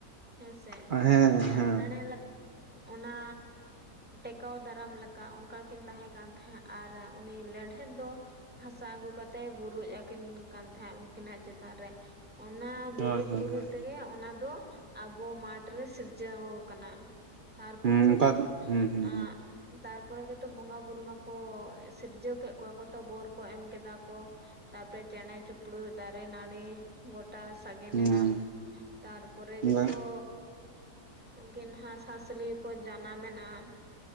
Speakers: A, in the centre; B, on the right.
A: ᱦᱮᱸ ᱥᱮ
B: ᱦᱮᱸ
A: ᱟᱸᱴᱮᱬᱮ
B: ᱦᱮᱸ ᱦᱮᱸ ᱦᱮᱸ
A: ᱞᱮᱜ ᱚᱱᱟ, ᱴᱮᱠᱟᱣ ᱫᱟᱨᱟᱢ ᱞᱮᱠᱟ ᱚᱱᱠᱟ ᱠᱤᱱ ᱛᱟᱦᱮᱸ ᱠᱟᱱ ᱛᱟᱦᱮᱸᱫ ᱟᱨ ᱩᱱᱤ ᱞᱮᱸᱰᱷᱮᱫ ᱫᱚ, ᱦᱟᱥᱟ ᱟᱹᱜᱩ ᱠᱟᱛᱮ ᱵᱩᱨᱩᱡ ᱟᱹᱠᱤᱱ ᱠᱟᱱ ᱛᱟᱦᱮᱸᱫ ᱩᱱᱠᱤᱱᱟᱜ ᱪᱮᱛᱟᱱ ᱨᱮ᱾ ᱚᱱᱟ ᱵᱩᱨᱩᱡ
B: ᱦᱳᱭ ᱦᱳᱭ
A: ᱵᱩᱨᱩᱡ
B: ᱦᱳᱭ
A: ᱛᱮᱜᱮ ᱚᱱᱟ ᱫᱚ, ᱟᱵᱚ ᱢᱟᱴᱷ ᱨᱮ ᱥᱤᱨᱡᱟᱹᱣ ᱠᱟᱱᱟ ᱛᱟᱨᱯᱚᱨᱮ
B: ᱦᱮᱸ
A: ᱜᱮᱛᱚ
B: ᱚᱱᱠᱟ ᱦᱩᱸ ᱦᱩᱸ
A: ᱟᱸ ᱛᱟᱨᱯᱚᱨᱮ ᱜᱮᱛᱚ ᱵᱚᱸᱜᱟ ᱵᱩᱨᱩ ᱢᱟᱠᱚ ᱥᱤᱨᱡᱟᱹᱣ ᱠᱮᱜ ᱠᱚᱣᱟ ᱠᱚ ᱛᱚ ᱵᱳᱨ ᱠᱚ ᱮᱢ ᱠᱮᱫᱟ ᱠᱚ, ᱛᱟᱨᱯᱚᱨᱮ ᱪᱮᱬᱮ ᱪᱩᱯᱲᱩᱭ ᱫᱟᱨᱮ ᱱᱟᱹᱲᱤ, ᱜᱚᱴᱟ ᱥᱟᱜᱮᱱᱮᱱᱟ
B: ᱦᱩᱸ
A: ᱛᱟᱨᱯᱚᱨᱮ
B: ᱦᱩᱸ
A: ᱜᱮᱛᱚ,
B: ᱦᱮᱸ
A: ᱩᱱᱠᱤᱱ ᱦᱟᱸᱥᱼ ᱦᱟᱸᱥᱞᱤ ᱠᱚ ᱡᱟᱱᱟᱢᱮᱱᱟ,